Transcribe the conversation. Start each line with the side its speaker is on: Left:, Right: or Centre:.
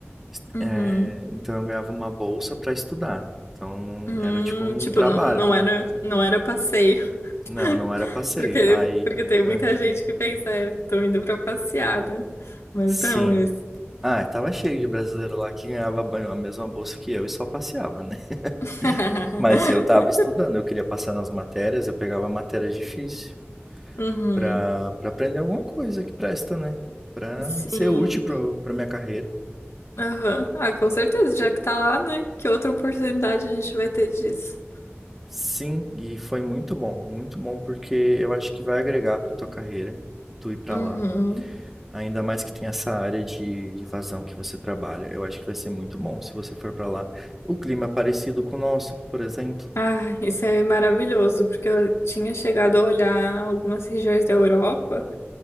Centre: Es-
Left: uhum.
Centre: é, então eu ganhava uma bolsa para estudar. Então
Left: Hum,
Centre: era tipo um
Left: tipo,
Centre: trabalho,
Left: não, não
Centre: né?
Left: era, não era passeio,
Centre: Não, não era
Left: <laughs>
Centre: passeio.
Left: porque,
Centre: Aí,
Left: porque tem
Centre: aham.
Left: muita gente que pensa, é, tô indo pra passeada. Mas
Centre: Sim.
Left: não, isso.
Centre: Ah, tava cheio de brasileiro lá que ganhava banho- a mesma bolsa que eu e só passeava, né?
Left: <laughs>
Centre: <laughs> Mas eu tava estudando, eu queria passar nas matérias, eu pegava matéria difícil.
Left: Uhum,
Centre: para para aprender alguma coisa que presta, né? Para
Left: sim.
Centre: ser útil pro, pra minha carreira.
Left: Aham. Ah, com certeza, já que tá lá, né? Que outra oportunidade a gente vai ter disso.
Centre: Sim, e foi muito bom, muito bom porque eu acho que vai agregar para tua carreira, tu ir para
Left: Uhum.
Centre: lá. Ainda mais que tem essa área de invasão que você trabalha. Eu acho que vai ser muito bom se você for para lá. O clima é parecido com o nosso, por exemplo.
Left: Ah, isso é maravilhoso, porque eu tinha chegado a olhar algumas regiões da Europa.